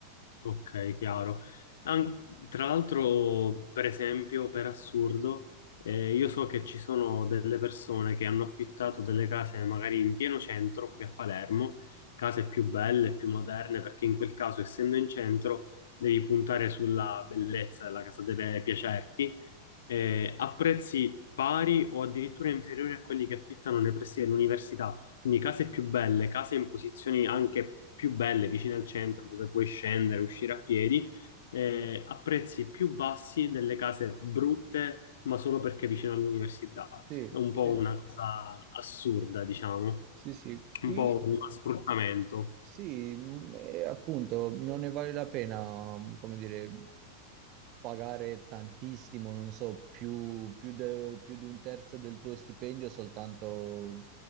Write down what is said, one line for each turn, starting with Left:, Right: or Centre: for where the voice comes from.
Left: Ok, chiaro. An- tra l'altro, per esempio, per assurdo, eh, io so che ci sono delle persone che hanno affittato delle case magari in pieno centro, qui a Palermo, case più belle, più moderne, perché in quel caso, essendo in centro, devi puntare sulla bellezza, la casa deve piacerti eh, a prezzi pari o addirittura inferiori a quelli che affittano nei pressi dell'università. Quindi case più belle, case in posizioni anche più belle, vicine al centro, dove puoi scendere, uscire a piedi, eh, a prezzi più bassi delle case brutte, ma solo perché vicino all'università.
Right: Sì,
Left: È un po'
Right: sì,
Left: una cosa assurda, diciamo,
Right: sì, sì, qui
Left: un po' uno sfruttamento.
Right: Sì, mm, e appunto, non ne vale la pena, mm, come dire. pagare tantissimo, non so, più, più de- più di un terzo del tuo stipendio soltanto